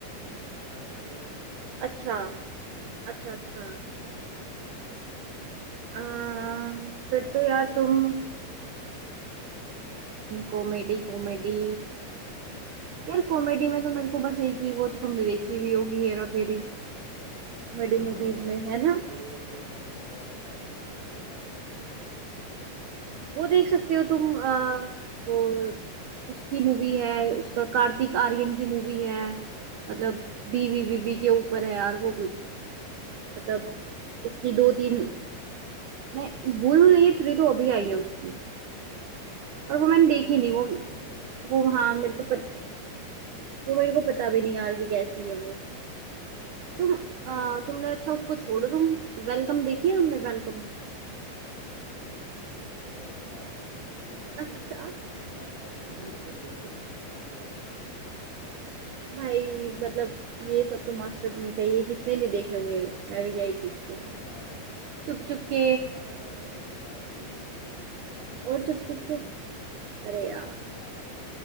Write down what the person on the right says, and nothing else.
अच्छा
अच्छा अच्छा
अम,
फिर तो यार तुम कॉमेडी कॉमेडी यार कॉमेडी में तो मेरे को बस एक ही वो तो तुमने देखी भी होगी हेरा फेरी
कॉमेडी मूवीज में है ना
वो देख सकते हो तुम आ, वो उसकी मूवी है उसका कार्तिक आर्यन की मूवी है मतलब
बीवी
बीवी के ऊपर है यार वो कुछ मतलब उसकी
दो तीन
मैं भूल नहीं थ्री तो अभी आई है उसकी
पर वो मैंने देखी
नहीं
वो
वो
हाँ मेरे
को
पत,
वो मेरे को पता भी नहीं यार कि कैसी है वो तुम
आ,
तुमने अच्छा उसको छोड़ो तुम वेलकम देखी है तुमने वेलकम
अच्छा
भाई मतलब ये सब तो मास्टरपीस है ये किसने नहीं देखे होंगे मैं भी क्या ही पूछ रही हूँ
चुप चुप के
और
चुप
चुप
के
अरे यार